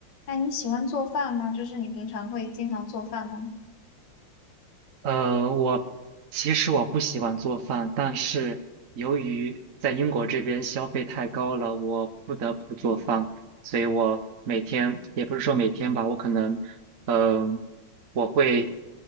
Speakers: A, on the left; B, on the right.
A: 哎，你喜欢做饭吗？就是你平常会经常做饭吗？
B: 呃，我其实我不喜欢做饭，但是由于在英国这边消费太高了，我不得不做饭，所以我每天也不是说每天吧，我可能，嗯、我会，